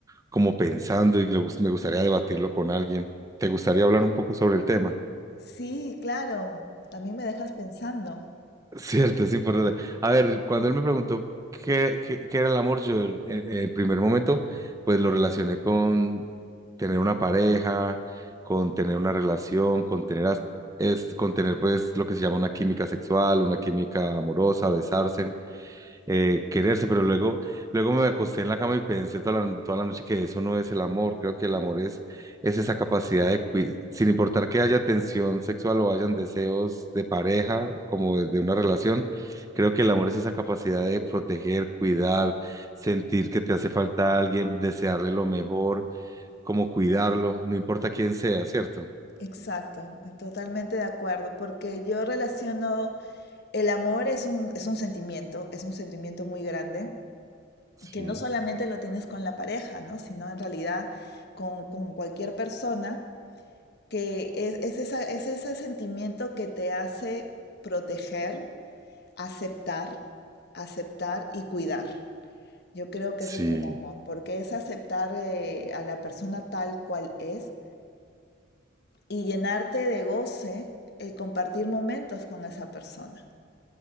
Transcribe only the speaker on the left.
Sí, claro, también me dejas pensando.
Exacto, totalmente de acuerdo, porque yo relaciono el amor es un, es un sentimiento, es un sentimiento muy grande,
que no solamente lo tienes con la pareja, ¿no? Sino en realidad con, con cualquier persona, que es, es esa- es ese sentimiento que te hace proteger, aceptar, aceptar y cuidar. Yo creo que
ese es el amor, porque es aceptar eh, a la persona tal cual es y llenarte de goce el compartir momentos con esa persona.